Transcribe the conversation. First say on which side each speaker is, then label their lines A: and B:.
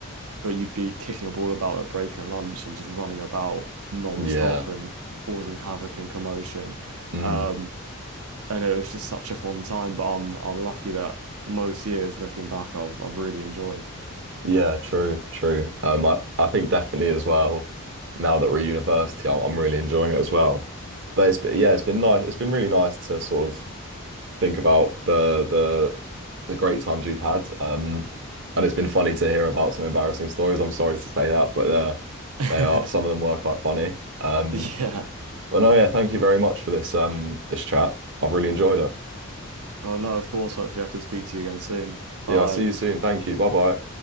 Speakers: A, on the right (about 80°); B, on the right (about 55°).
A: but you'd be kicking a ball about at break and lunch and just running about non-stop
B: yeah.
A: and causing havoc and commotion.
B: Mm,
A: Um, and it was just such a fun time, but I'm I'm lucky that most years looking back I've I've really enjoyed.
B: yeah. True. True. Um, I, I think definitely as well, now that we're at university, I'm, I'm really enjoying it as well. But it's been, yeah, it's been nice. It's been really nice to sort of think about the, the, the great times we've had. Um, and it's been funny to hear about some embarrassing stories. I'm sorry to say that, but uh,
A: <laughs>
B: they are, some of them were quite funny. Um,
A: Yeah.
B: But no, yeah, thank you very much for this um this chat. I've really enjoyed it.
A: Oh no, of course, hopefully I can speak to you again soon. Bye.
B: Yeah, I'll see you soon. Thank you. Bye bye.